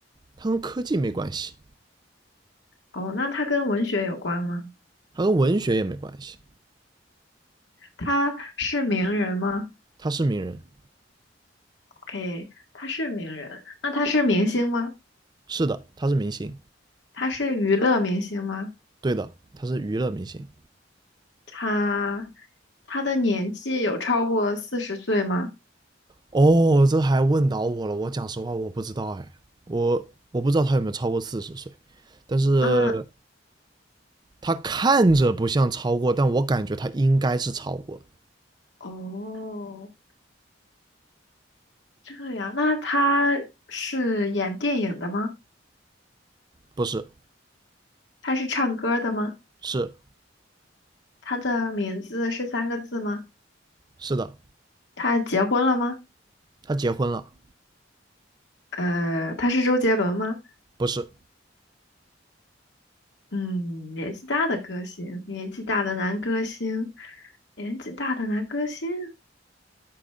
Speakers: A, on the right; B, on the left.
A: 他跟科技没关系，
B: 哦，那他跟文学有关吗？
A: 他跟文学也没关系，
B: 他是名人吗
A: 他是名人，
B: ？OK，他是名人。那他是明星吗？
A: 是的，他是明星，
B: 他是娱乐明星吗？
A: 对的，他是娱乐明星。
B: 他他的年纪有超过四十岁吗？
A: 哦，这还问倒我了，我讲实话我不知道哎，我我不知道他有没有超过四十岁，但是
B: 嗯，
A: 他看着不像超过，但我感觉他应该是超过，
B: 哦，这样，那他是演电影的吗？
A: 不是，
B: 他是唱歌的吗？
A: 是
B: 他的名字是三个字吗？
A: 是的，
B: 他结婚了吗？
A: 他结婚了，
B: 呃，他是周杰伦吗？
A: 不是，
B: 嗯，年纪大的歌星，年纪大的男歌星，年纪大的男歌星。